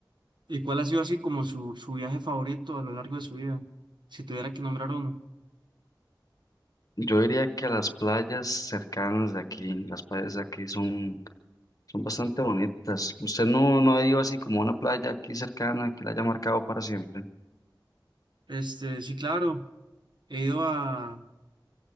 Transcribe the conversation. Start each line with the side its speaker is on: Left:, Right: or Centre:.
Right: ¿Y cuál ha sido así como su, su viaje favorito a lo largo de su vida? Si tuviera que nombrar uno.
Left: Yo diría que las playas cercanas de aquí, las playas de aquí son, son bastante bonitas. Usted no, no ha ido así como a una playa aquí cercana que la haya marcado para siempre.
Right: Este, sí, claro, he ido a...